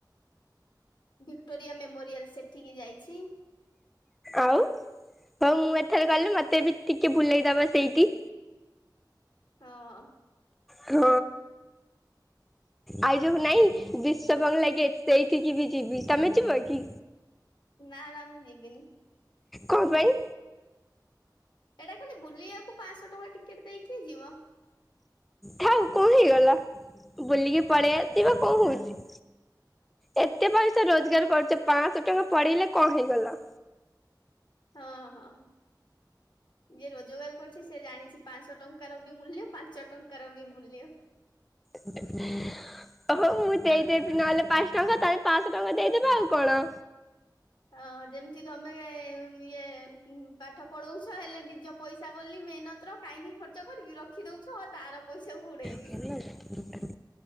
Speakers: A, on the left; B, in the centre.
A: ଭିକ୍ଟୋରିଆ ମେମୋରିଆଲ ସେଠିକି ଯାଇଛି।
B: ଆଉ ହଉ ମୁଁ ଏଥରେ ଗଲେ ମତେ ବି ଟିକେ ବୁଲେଇଦବ ସେଇଠି।
A: ହଁ।
B: ହଁ। ଆଉ ଯୋଉ ନାଇଁ ବିଶ୍ଵବଙ୍ଗଲା ଗେଟ ସେଇଠିକି ବି ଯିବି। ତମେ ଯିବ କି?
A: ନା ନା ମୁଁ ଯିବିନି।
B: କଣ ପାଇଁ?
A: ଏଟା ଖାଲି ବୁଲିବାକୁ ପାଆଁଶ ଟଙ୍କା ଟିକେଟ ଦେଇ କିଏ ଯିବ?
B: ଥାଉ କଣ ହେଇଗଲା ବୁଲିକି ପଳେଇ ଆସିବା
A: ନା ନା
B: କଣ ହଉଛି। ଏତେ ପଇସା ରୋଜଗାର କରୁଛ ପାଆଁଶ ଟଙ୍କା ପଳେଇଲେ କଣ ହେଇଗଲା?
A: ହଁ ହଁ। ଯିଏ ରୋଜଗାର କରୁଛି ସେ ଜାଣିଛି ପାଞ୍ଚଶହ ଟଙ୍କାର ବି ମୂଲ୍ୟ ପାଞ୍ଚ ଟଙ୍କାର ବି ମୂଲ୍ୟ।
B: ହ ଓହୋ ମୁଁ ଦେଇଦେବି ନହେଲେ ପାଞ୍ଚଶହ ଟଙ୍କା ତାହେଲେ ପାଞ୍ଚଶହ ଟଙ୍କା ଦେଇଦେବ ଆଉ କଣ।
A: ହଁ ଯେମିତି ତମେ ଇଏ ପାଠ ପଢଉଛ ହେଲେ ନିଜ ପଇସା ବୋଲି ମେହନତ କାହିଁକି ଖର୍ଚ୍ଚ କରିବି ରଖି ଦେଉଛ ତାର ପଇସାକୁ ଉଡ଼େଇବିଯ
B: <unintelligible> ଆଉ ସେଇଟା